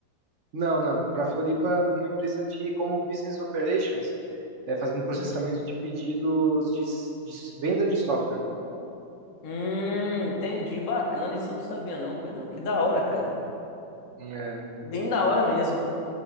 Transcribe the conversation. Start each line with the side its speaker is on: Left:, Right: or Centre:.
Right: Não, não. Para Floripa, numa empresa de como business operations, é, fazendo processamento
Left: Hum,
Right: de pedidos de, s- de s- venda de software.
Left: Hum, entendi. Bacana. Isso eu não sabia, não, Pedrão. Que da hora, cara.
Right: É.
Left: Bem da hora mesmo.